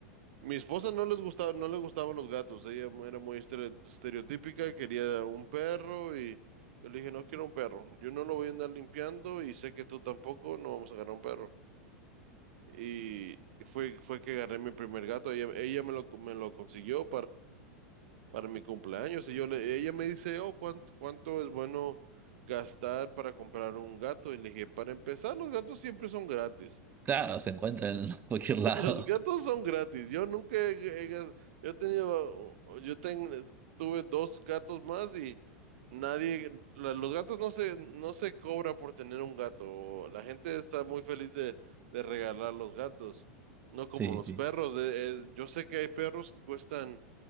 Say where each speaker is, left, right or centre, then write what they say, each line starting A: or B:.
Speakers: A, on the right; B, on the right.
A: mi esposa no les gustaba, no le gustaban los gatos. Ella mu- era muy estere- estereotípica, quería un perro y yo le dije, no quiero un perro. Yo no lo voy a andar limpiando y sé que tú tampoco, no vamos a agarrar un perro. Y fue, fue que agarré mi primer gato. Ella, ella me lo, me lo consiguió para mi cumpleaños. Y yo le, ella me dice, oh, ¿cuánto, cuánto es bueno gastar para comprar un gato? Y le dije, para empezar, los gatos siempre son gratis.
B: Claro, se encuentra en cualquier
A: <laughs>
B: lado.
A: Los gatos
B: <laughs>
A: son gratis. Yo nunca he, he gas- yo he tenido, yo ten- tuve dos gatos más y nadie, la- los gatos no se, no se cobra por tener un gato. La gente está muy feliz de, de regalar los gatos. No como
B: Sí,
A: los
B: sí.
A: perros. Eh, eh, yo sé que hay perros que cuestan